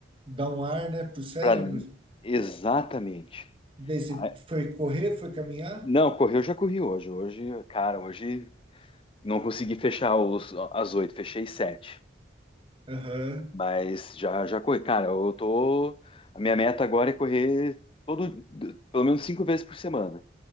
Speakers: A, on the right; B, on the left.
A: Dá um ar, né, pro cérebro.
B: Pra... Exatamente.
A: Daí você
B: Aí-
A: foi correr, foi caminhar?
B: Não, correr eu já corri hoje. Hoje, cara, hoje não consegui fechar os, as oito, fechei sete.
A: Aham,
B: Mas já, já corri. Cara, eu tô. A minha meta agora é correr todo, pelo menos cinco vezes por semana.